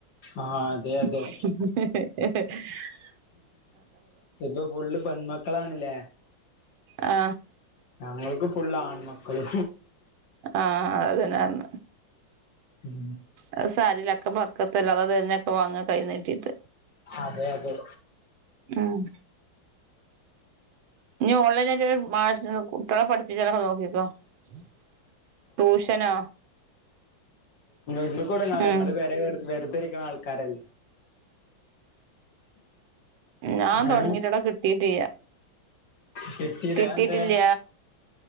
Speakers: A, on the left; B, on the right.
A: ആഹ് അതെ
B: <unintelligible>
A: അതെ ഇപ്പൊ ഫുള്ള് പെൺ മക്കളാണല്ലേ?
B: ആ
A: ഞങ്ങൾക്ക് ഫുള്ള് ആൺമക്കള്.
B: ആഹ് അതെന്നെർഞ്ഞെ.
A: ഉം
B: അത് സാരല്ല ഒക്കെ ബർക്കത്തല്ലെ അള്ള തര്നൊക്കെ വാങ്ങാ കൈ നീടീട്ട്.
A: അതെ അതെ.
B: ഉം. ഇനി ഓൺലൈനായിട്ട് മാഷ് കുട്ട്യ ളെ പഠിപ്പിച്ച് ണെ നോക്ക ഇപ്പംട്യൂഷനോ?
A: ഇന്ന്പ്പം <unintelligible>
B: ഉം
A: ഇങ്ങള് പെരെ വെർ വെർതെ ഇരിക്ണ ആൾ <unintelligible>
B: ഞാൻ
A: ഏഹ്
B: തൊടങ്ങിട്ടെടാ കിട്ടീട്ടില്ല
A: കിട്ടിലെ
B: കിട്ടീട്ടില്ല
A: അത് എന്തേ?